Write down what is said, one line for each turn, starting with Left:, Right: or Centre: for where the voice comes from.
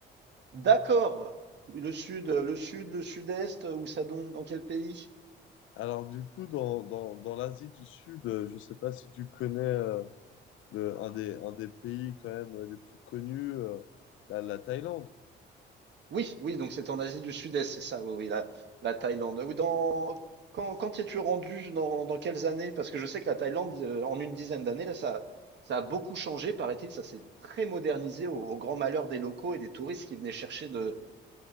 Right: D'accord. Le sud, le sud, le sud-est, où ça donc? Dans quel pays?
Left: Alors du coup, dans, dans, dans l'Asie du Sud, euh, je ne sais pas si tu connais euh, le, un des, un des pays quand même euh, les plus connus, euh, la, la Thaïlande.
Right: Oui, oui, donc c'est en Asie du Sud-Est, c'est ça, oui, oui, la, la Thaïlande. Oui, dans, quand, quand t'y es-tu rendu, dans, dans quelles années? Parce que je sais que la Thaïlande, euh, en une dizaine d'années, là, ça, ça a beaucoup changé, paraît-il, ça s'est très modernisé au, au grand malheur des locaux et des touristes qui venaient chercher de,